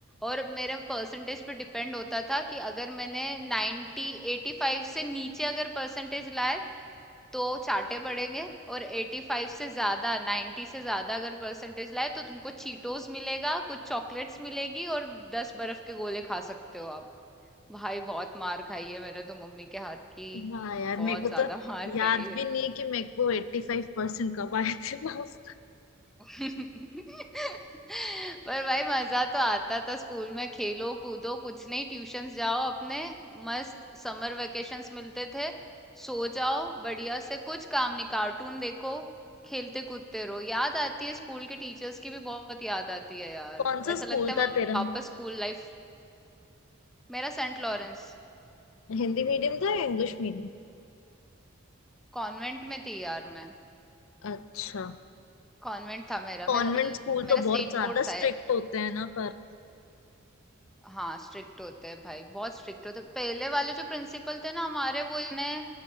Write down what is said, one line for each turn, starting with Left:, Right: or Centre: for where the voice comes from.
Centre: और मेरे परसेंटेज पे डिपेंड होता था कि अगर मैंने 90 85 से नीचे अगर परसेंटेज लाए तो चाटे पड़ेंगे और 85 से ज्यादा 90 से ज्यादा अगर परसेंटेज लाए तो तुमको चीटोस मिलेगा कुछ चॉकलेट्स मिलेगी और 10 बर्फ के गोले खा सकते हो आप भाई बहुत मार खाई है मैंने तो मम्मी के हाथ की
Left: में। वाह यार मेरे
Centre: बहुत
Left: को
Centre: ज्यादा
Left: तो
Centre: <laughs> मार खाई
Left: याद
Centre: है
Left: भी नहीं है कि मेरे को एट्टी फाइव परसेंट कब आए थे last।
Centre: <laughs> पर भाई मजा तो आता था स्कूल में खेलो कूदो कुछ नहीं ट्यूशंस जाओ अपने मस्त समर वेकेशंस मिलते थे सो जाओ बढ़िया से कुछ काम नहीं कार्टून देखो खेलते कूदते रहो याद आती है स्कूल के टीचर्स की भी बहुत याद आती है यार
Left: कौन सा
Centre: ऐसा
Left: स्कूल
Centre: लगता है वा-
Left: था तेरा
Centre: वापस स्कूल लाइफ मेरा सेंट लॉरेंस
Left: हिंदी मीडियम था या इंग्लिश मीडियम
Centre: कॉन्वेंट में थी यार मैं
Left: अच्छा
Centre: कॉन्वेंट था मेरा
Left: कॉन्वेंट
Centre: मेरा मतलब
Left: स्कूल तो
Centre: मेरा
Left: बहुत
Centre: स्टेट
Left: ज्यादा
Centre: बोर्ड था
Left: स्ट्रिक्ट होते हैं ना पर
Centre: हाँ स्ट्रिक्ट होते हैं भाई बहुत स्ट्रिक्ट होते हैं। पहले वाले जो प्रिंसिपल थे ना हमारे वो इन्हें